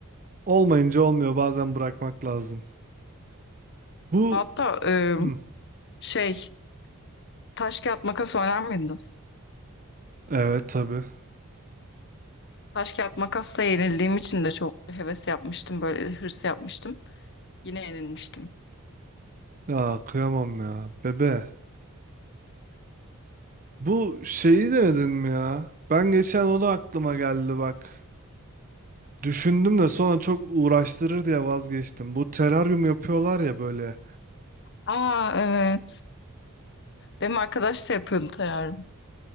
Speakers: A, on the right; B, on the left.
A: olmayınca olmuyor. Bazen bırakmak lazım. Bu
B: Hatta e,
A: Hı,
B: şey taş kağıt makas oynar mıydınız?
A: evet tabii.
B: Taş kağıt makasla yenildiğim için de çok heves yapmıştım böyle hırs yapmıştım. Yine yenilmiştim.
A: Ya kıyamam ya. Bebe. Bu şeyi denedin mi ya? Ben geçen o da aklıma geldi bak. Düşündüm de sonra çok uğraştırır diye vazgeçtim. Bu teraryum yapıyorlar ya böyle.
B: Aa evet. Benim arkadaş da yapıyordu terarium.